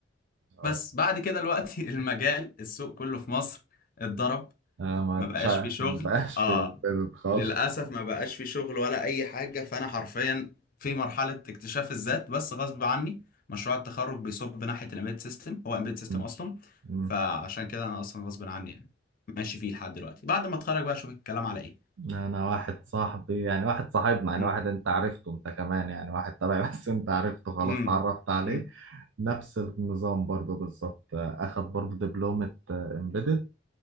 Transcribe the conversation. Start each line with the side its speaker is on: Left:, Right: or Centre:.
Right: اه
Left: بس بعد كده الوقت <laughs> المجال السوق كله في مصر اتضرب
Right: آه، ما
Left: ما
Right: تشع
Left: بقاش في شغل
Right: مبقاش
Left: اه
Right: في امبيدد خالص
Left: للأسف ما بقاش في شغل ولا أي حاجة فأنا حرفيا في مرحلة اكتشاف الذات بس غصب عني مشروع التخرج بيصب ناحية الامبيد سيستم هو امبيد سيستم
Right: مم.
Left: أصلا
Right: مم.
Left: فعشان كده أنا أصلا غصب عني يعني ماشي فيه لحد دلوقتي بعد ما أتخرج بقى أشوف الكلام على إيه
Right: انا واحد صاحبي يعني واحد صاحبنا يعني
Left: مم.
Right: واحد انت عرفته انت كمان يعني واحد تبعي <laughs> بس انت عرفته خلاص
Left: مم.
Right: اتعرفت عليه
Left: مم.
Right: نفس النظام برضو بالظبط آه، اخد برضو دبلومة امبيدد